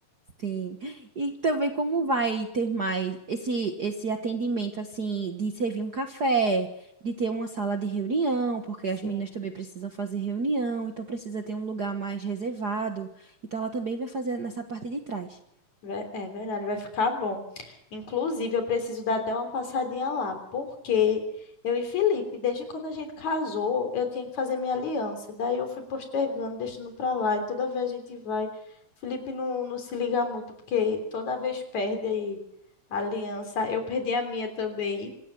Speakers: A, on the right (about 45°); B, on the left (about 70°).
A: sim. E também como vai ter mais esse esse atendimento assim de servir um café, de ter uma sala de reunião, porque
B: Sim.
A: as meninas também precisam fazer reunião, então precisa ter um lugar mais reservado. Então ela também vai fazer nessa parte de trás.
B: Ve- É verdade, vai ficar bom. Inclusive, eu preciso dar até uma passadinha lá, porque eu e Felipe, desde quando a gente casou, eu tinha que fazer minha aliança. Daí eu fui postergando, deixando pra lá, e toda vez a gente vai. Felipe não, não se liga muito, porque toda vez perde aí a aliança. Eu perdi a minha também.